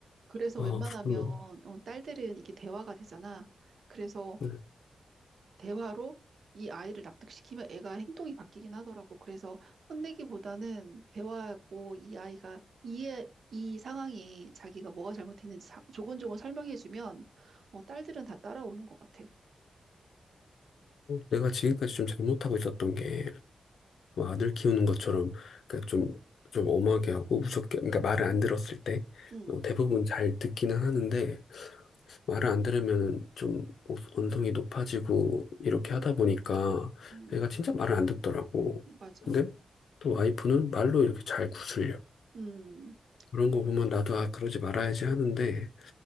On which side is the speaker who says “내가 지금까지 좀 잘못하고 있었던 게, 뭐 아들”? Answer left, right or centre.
Left